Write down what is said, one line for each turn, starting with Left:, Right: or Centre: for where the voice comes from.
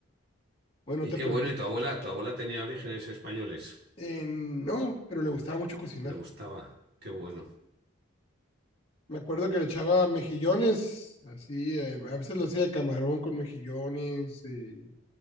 Left: Bueno,
Right: Y
Left: te
Right: qué
Left: plati-
Right: bueno, y tu abuela, tu abuela tenía orígenes españoles,
Left: eh, no, pero le gustaba mucho cocinar.
Right: le gustaba, qué bueno.
Left: Le gustaba. Me acuerdo que le echaba mejillones, así, eh, a veces lo hacía de camarón con mejillones. eh,